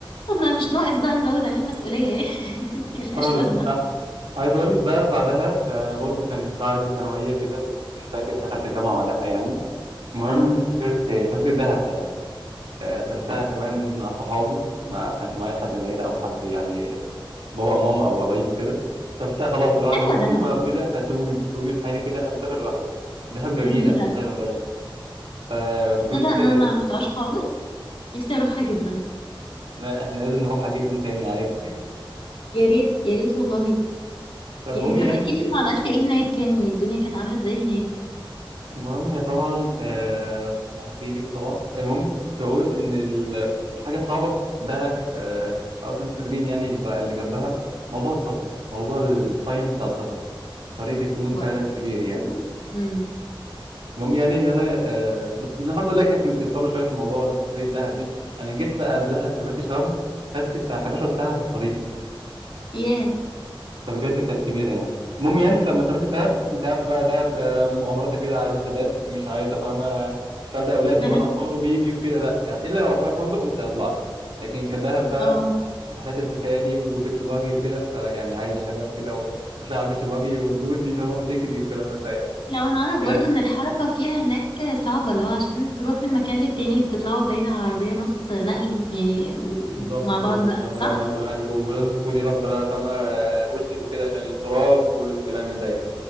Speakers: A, on the left; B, on the right.
A: طب ما مش ناقص بقى نزود عليه مسؤولية <laughs> يعني ملهاش
B: خالص
A: لازمة
B: أ- عايز اقول لك بقى بعدها آه، برضو كان بعد ثانويه كده كنت مش فاكر دخلت جامعه ولا لا يعني المهم
A: اه
B: سافرت سافرت دهب ساعتها. آه، سافرتها كمان مع صحابي ما كانش معايا حد من العيله او حد يعني بابا او ماما او قرايب وكده سافرتها خلاص اللي هو انا
A: حلوة
B: مخنوق
A: دهب
B: بقى وكده فسيبوني سيبوني في حالي كده انا مسافر لوحدي دهب جميله
A: جميلة
B: مش حلوه بس فكنت
A: تصدق ان انا ما رحتهاش خالص نفسي اروحها جدا
B: لا احنا لازم نروحها جدا تاني عادي
A: يا ريت يا ريت والله
B: فالمهم
A: يا ريت
B: يعني
A: طب احكي لي انت عملت ايه هناك يعني الدنيا كانت عاملة ازاي هناك
B: المهم هي طبعا آه، احكي لك طبعا المهم كنت بقول ان ال- الحاجه الصعبه في دهب آه، او سانت كاترين يعني اللي اللي جنبها موضوع السفر موضوع التايم بتاع السفر الطريق بيكون
A: و...
B: فعلا كبير يعني
A: <laughs> امم
B: المهم يعني ان انا آه، بس الحمد لله كانت متيسره شويه في موضوع سفريه دهب دي انا جيت بقى قبلها سافرت شرم خدت بتاع 11 ساعه في الطريق
A: ياه
B: فبجد كانت كبيره يعني المهم يعني لما سافرت دهب انت عارف بقى دهب آه، مغامراتها كده عايزه شباب مش عايزه فاهمه مش عايزه اولاد
A: بنات
B: كمان اطفال وبيبي وكده لا يعني الا لو هتروح فندق ومش هيطلع لكن كدهب بقى
A: اه
B: رحلات السفاري والبيتش باجي وكده فيعني عايزه شباب كده و- هتلاقي على البيتش باجي وتدوسي فاهمه وتجري والكلام ده يعني
A: لو انا اعرف
B: كانت
A: برضو ان الحركة فيها هناك صعبة لو عشان تروح من مكان للتاني بتطلعوا باين على العربية نص نقل يعني و-
B: بالظبط
A: ومع بعض
B: بالظبط
A: بقى
B: عربيه
A: صح؟
B: على نص نقل ولازم تكوني رابطه بقى فاهمه آه، وشك وكده عشان التراب والكلام ده يعني